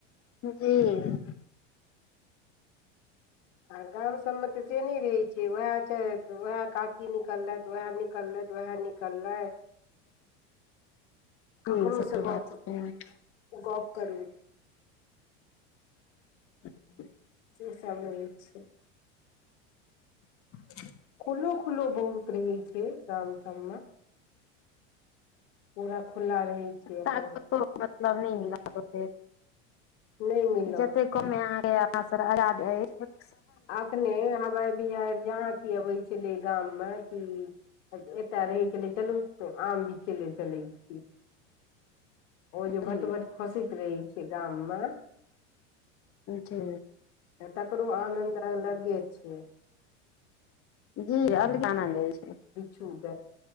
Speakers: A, on the left (about 35°); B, on the left (about 70°).
A: जी
B: आ गाम सबमे तऽ से नहि रहैत छैै उएह छै उएह काकी ई निकलथि उएह निकलथि उएह निकलथि
A: जी
B: ककरोस
A: सही
B: गप
A: बात छै
B: गप करू
A: ह
B: से सब रहै छै
A: <inaudible>
B: खुलो खुलो बहुत रहै छै गाम सब मे पूरा खुला रहै छै अपन
A: ताको मतलब न <unintelligible> हि मिलत ओतेक
B: नहि मिलत
A: जतेक कमे आ <unintelligible>
B: अखने हवाइ बिहैड़ जहाँ की अबै छलै गाममे कि एकटा रहै छलै चलू तऽ आम बीछै ले चलै छी ओ जे
A: जी
B: भटभट खसैत रहै छै गाममे
A: जे
B: तकरो आनन्द अऽलगे छै
A: जी अभी त <unintelligible> आनन्दै छै
B: चूग